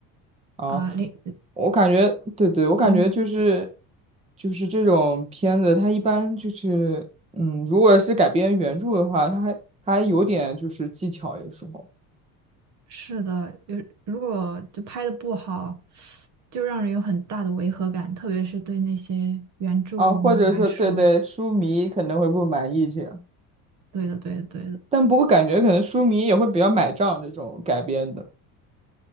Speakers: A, on the right; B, on the right.
A: 啊，
B: 啊、连
A: 我感觉，对对，我感觉就是，
B: 嗯。
A: 就是这种片子，它一般就是，嗯，如果是改编原著的话，它还它还有点就是技巧，有时候
B: 是的，有如果就拍的不好，就让人有很大的违和感，特别是对那些原著迷来说。
A: 啊，或者说，对对，书迷可能会不满意这样，
B: 对的，对的，对的，
A: 但不过感觉可能书迷也会比较买账这种改编的，